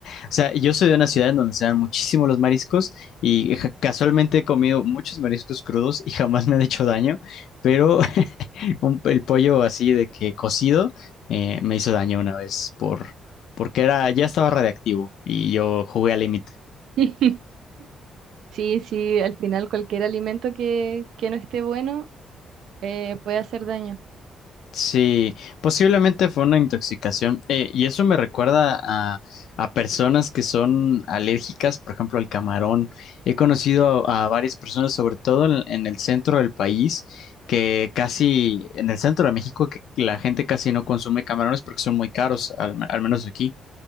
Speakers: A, on the left; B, on the right.
A: O sea, yo soy de una ciudad en donde se dan muchísimo los mariscos y ja- casualmente he comido muchos mariscos crudos y jamás me han hecho daño, pero <laughs> un- el pollo así de que cocido eh, me hizo daño una vez por porque era ya estaba radiactivo y yo jugué al límite.
B: <laughs> Sí, sí, al final cualquier alimento que, que no esté bueno eh, puede hacer daño.
A: Sí, posiblemente fue una intoxicación. Eh, y eso me recuerda a, a personas que son alérgicas, por ejemplo, al camarón. He conocido a, a varias personas, sobre todo en, en el centro del país, que casi, en el centro de México, que la gente casi no consume camarones porque son muy caros, al, al menos aquí.